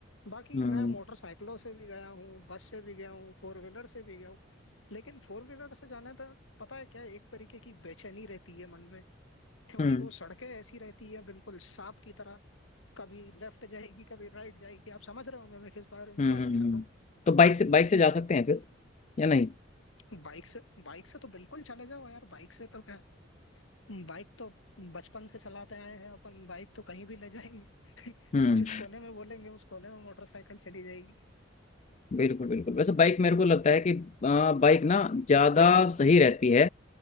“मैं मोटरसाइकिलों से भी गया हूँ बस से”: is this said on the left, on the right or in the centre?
Left